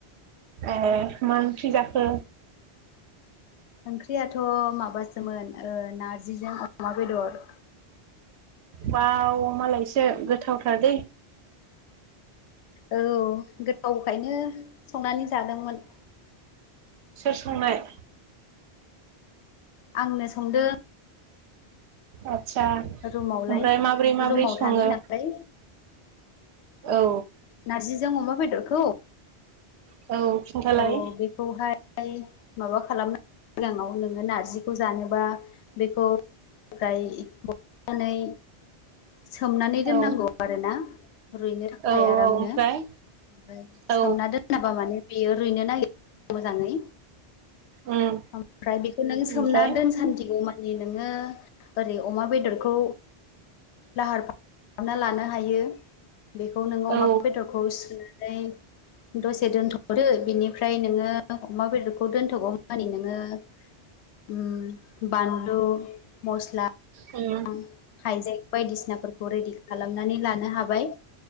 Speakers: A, on the right; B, on the left.
A: ए मा ओंख्रि जाखो
B: ओंख्रियाथ' माबासोमोन नारजिजों अमा बेदर
A: बाव मालायसो गोथावथाराद
B: औ गोथावखायनो संनानै जादोंमोन
A: सोर संनाय
B: आंनो संदों
A: आतसा ओमफ्राय
B: रुमावलाय
A: माबोरै माब्रै
B: रुमाव
A: सङो
B: थानाय नालाय
A: औ
B: नारजिजों अमा बेदरखौ
A: औ खिन्थालाय
B: औ बेखौहाय फ्राय माबा खालामना सिगाङाव नोङो नारजिखौ जानोबा बेखौ निफ्राय बनानै सोमनानै
A: औ
B: दोननांगौ आरोना रुइनो थाखाय
A: औ
B: आरामनो
A: ओमफ्राय
B: ओमफ्राय
A: औ
B: सोमना दोनाबा माने रैनो नागिरा मोजाङै
A: उम
B: ओमफ्राय बेखौ नों सोमना
A: ओमफ्राय
B: दोनसान्दि अमानि नोङो ओरै अमा बेदरखौ लाहार फाहार खालामना लानो हायो बेखौ नों अमाा
A: औ
B: बेदरखौ सुनानै दसे दोनथ' हरो बिनिफ्राय नोङो अमा बेदरखौ दोनथ'गौ मानि नोङो बानलु मस्ला
A: उम
B: आं हाइजें बायदिसिनाफोरखौ रेडि खालामनानै लानो हाबाय